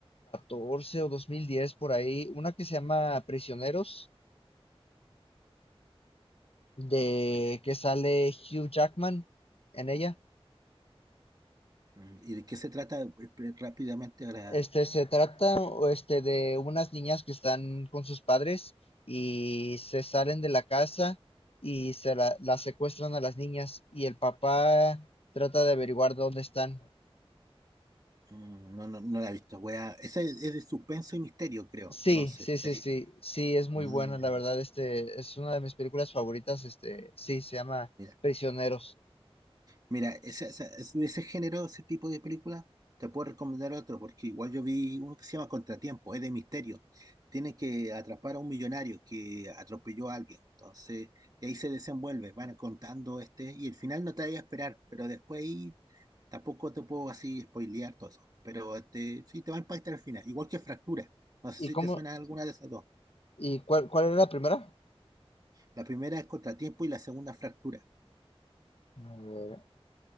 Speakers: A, on the left; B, on the right.
A: o 2010 por ahí, una que se llama Prisioneros, de
B: Pris?
A: que sale Hugh Jackman en ella.
B: Mm, ¿Y de qué se trata Pr- rápidamente ahora?
A: Este, se trata, o este, de unas niñas que están con sus padres y se salen de la casa y se la, las secuestran a las niñas y el papá trata de averiguar dónde están.
B: mm, No, no, no la he visto. Voy a- esa es, es de suspenso y misterio, creo.
A: Sí,
B: Entonces,
A: sí,
B: sería.
A: sí, sí, sí, es muy
B: Mm,
A: buena, la verdad, este, es una de mis películas favoritas, este, sí, se llama
B: mira.
A: Prisioneros.
B: Mira, ese, ese, ese- de ese género, ese tipo de película, te puedo recomendar otro, porque igual yo vi uno que se llama Contratiempo, es de misterio. Tiene que atrapar a un millonario que atropelló a alguien. Entonces, ahí se desenvuelve, van contando este, y el final no te vaya a esperar, pero después ahí tampoco te puedo así spoilear todo eso. Pero este, sí te va a impactar el final, igual que Fractura. No sé
A: ¿Y
B: si
A: cómo,
B: te suena alguna de esas dos.
A: y cuál, cuál era la primera?
B: La primera es Contratiempo y la segunda Fractura.
A: A ver,